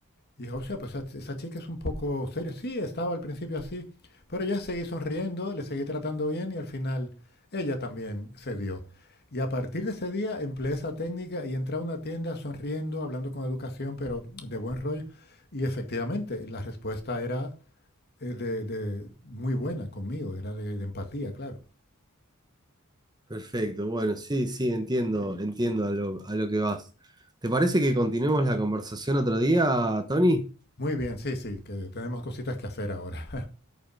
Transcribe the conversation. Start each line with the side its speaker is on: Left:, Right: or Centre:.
Left: Y dije, o sea, pues esa, chica es un poco seria. Sí, estaba al principio así, pero ya seguí sonriendo, le seguí tratando bien y al final ella también cedió. Y a partir de ese día empleé esa técnica y entré a una tienda sonriendo, hablando con educación, pero de buen rollo. Y efectivamente, la respuesta era eh, de, de- muy buena conmigo, era de, de empatía, claro.
Right: perfecto. Bueno, sí, sí, entiendo, entiendo a lo, a lo que vas. ¿Te parece que continuemos la conversación otro día, Tony?
Left: Muy bien, sí, sí, que tenemos cositas que hacer ahora.